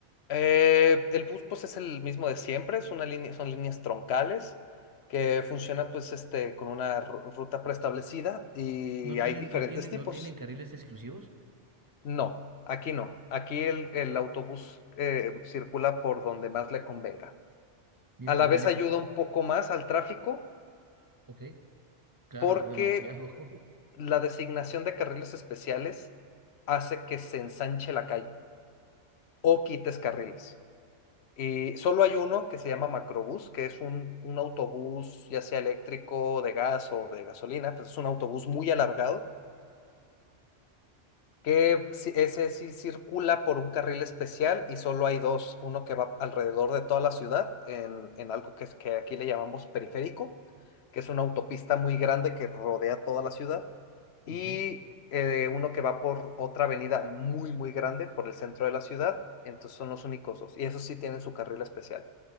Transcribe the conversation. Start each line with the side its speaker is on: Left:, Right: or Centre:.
Left: Eh, el bus pues es el mismo de siempre, es una línea, son líneas troncales que funcionan pues este, con una ru- ruta preestablecida y
Right: ¿No
Left: hay
Right: tienen,
Left: diferentes
Right: no tienen,
Left: tipos.
Right: no tienen carriles exclusivos?
Left: No, aquí no. Aquí el, el autobús eh, circula por donde más le convenga.
Right: Mira
Left: A la
Right: que acá
Left: vez
Right: en el...
Left: ayuda un poco más al tráfico
Right: Ok, claro,
Left: porque
Right: demasiado. <laughs>
Left: la designación de carriles especiales hace que se ensanche la calle o quites carriles. Y solo hay uno que se llama macrobús, que es un, un autobús ya sea eléctrico, de gas o de gasolina, pues es un autobús muy alargado que ci- ese sí circula por un carril especial y solo hay dos, uno que va alrededor de toda la ciudad en, en algo que, es- que aquí le llamamos periférico, que es una autopista muy grande que rodea toda la ciudad, y
Right: Ok.
Left: eh, uno que va por otra avenida muy, muy grande por el centro de la ciudad, entonces son los únicos dos, y esos sí tienen su carril especial,